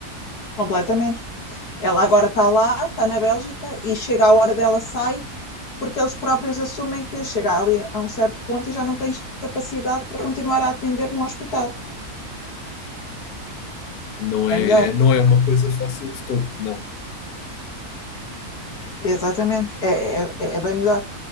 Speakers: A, on the left; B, on the left.
A: Completamente. Ela agora está lá, está na Bélgica e chega a hora dela sai, porque eles próprios assumem que chega ali a um certo ponto e já não tens capacidade para continuar a atender num hospital.
B: Não
A: É
B: é,
A: melhor,
B: não é uma coisa fácil de todo, não.
A: exatamente. é, é, é bem melhor.